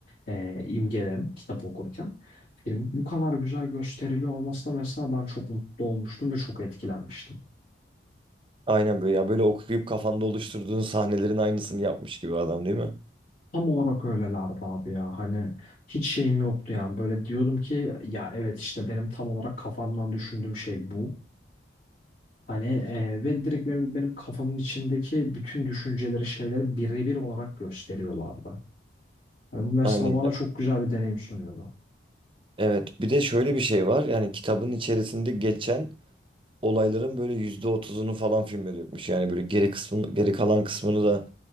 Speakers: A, on the left; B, on the right.
A: e, imgelerin kitap okurken film bu kadar güzel gösteriliyor olmasına mesela ben çok mutlu olmuştum ve çok etkilenmiştim.
B: Aynen böyle ya böyle okuyup kafanda oluşturduğun sahnelerin aynısını yapmış gibi adam değil mi?
A: Tam olarak öylelerdi abi ya hani hiç şeyim yoktu yani böyle diyordum ki ya evet işte benim tam olarak kafamdan düşündüğüm şey bu. Hani e, ve direkt benim, benim kafamın içindeki bütün düşünceleri şeyleri birebir olarak gösteriyorlardı. Hani bu mesela
B: Aynen.
A: bana çok güzel bir deneyim sunuyordu.
B: Evet bir de şöyle bir şey var yani kitabın içerisinde geçen olayların böyle yüzde otuzunu falan filme dökmüş. Yani böyle geri kısmını geri kalan kısmını da